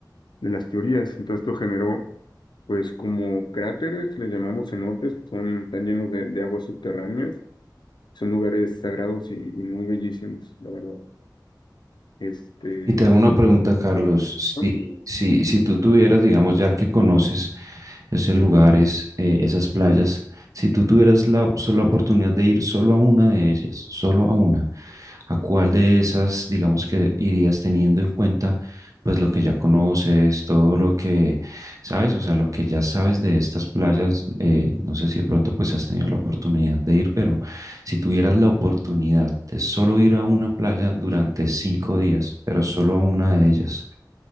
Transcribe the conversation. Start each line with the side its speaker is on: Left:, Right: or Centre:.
Left: de las teorías. Entonces esto generó, pues como cráteres, les llamamos cenotes, son, están llenos de, de aguas subterráneas, son lugares sagrados y, y muy bellísimos, la verdad. Este,
Right: Y te hago una pregunta, Carlos. Si,
Left: ajá.
Right: si, si tú tuvieras, digamos, ya que conoces esos lugares, eh, esas playas, si tú tuvieras la, op- solo la oportunidad de ir solo a una de ellas, solo a una, ¿a cuál de esas, digamos, que irías teniendo en cuenta, pues lo que ya conoces, todo lo que sabes, o sea, lo que ya sabes de estas playas? eh, no sé si de pronto pues has tenido la oportunidad de ir, pero... Si tuvieras la oportunidad de solo ir a una playa durante cinco días, pero solo a una de ellas,